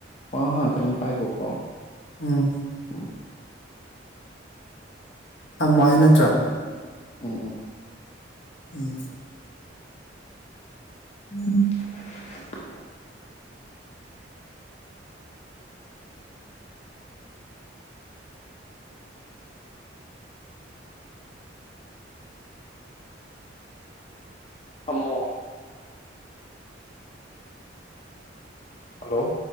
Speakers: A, on the left; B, on the left.
A: ꯋꯥ <inaudible> ꯄꯥꯏꯒꯣꯀꯣ
B: ꯎꯝ
A: ꯎꯝ
B: ꯊꯝꯃꯣ ꯍꯥꯏ ꯅꯠꯇ꯭ꯔꯥ
A: ꯎꯝ ꯎꯝ
B: ꯎꯝ
A: ꯎꯝ ꯊꯝꯃꯣ ꯍꯜꯂꯣ